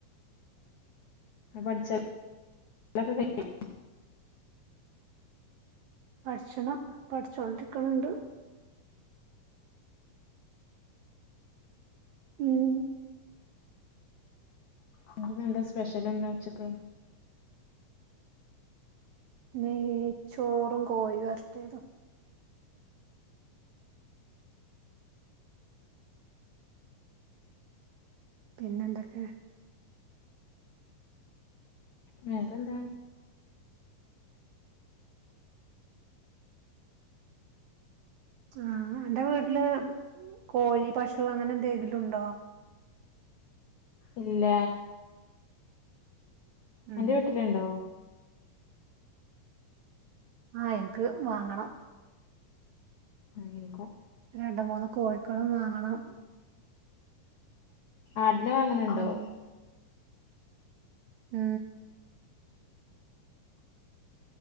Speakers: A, on the left; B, on the right.
A: പഠിച്ചലൊക്കെ കയ്ഞ്ഞോ
B: പഠിച്ചണം പഠിച്ചോരിക്കണണ്ട്. ഉം
A: അന്ക്ക്‌ ന്താ സ്പെഷ്യൽ ന്താ ഉച്ചക്ക്?
B: നെയ് ചോറും കോഴി വരട്ട്യേതും. പിന്നെന്തൊക്കെ?
A: വേറെന്ത
B: ആ അന്റെ വീട്ടില് കോഴി, പശു അങ്ങനെന്തെങ്കിലും ണ്ടോ
A: ഇല്ല.
B: ഉം
A: അന്റെ വീട്ട്ല്ണ്ടോ?
B: ആഹ് ഇൻക്ക് വാങ്ങണം.
A: ആഹ് എനി
B: രണ്ട് മൂന്ന് കോഴിക്കളും വാങ്ങണം.
A: ആടിനെ വാങ്ങുന്നുണ്ടോ
B: ഉം ഉം